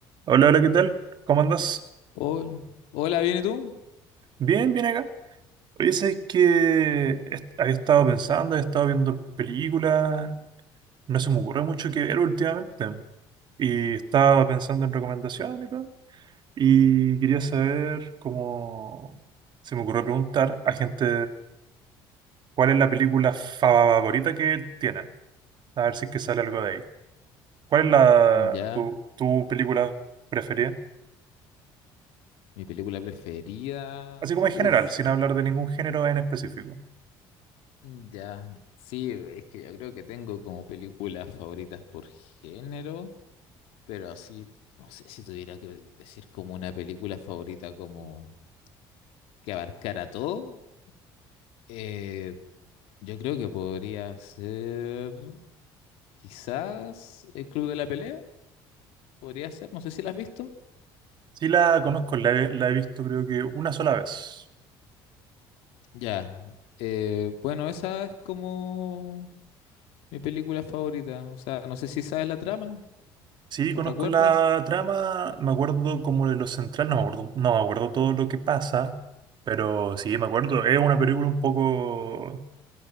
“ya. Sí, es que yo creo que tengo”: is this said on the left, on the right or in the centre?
Left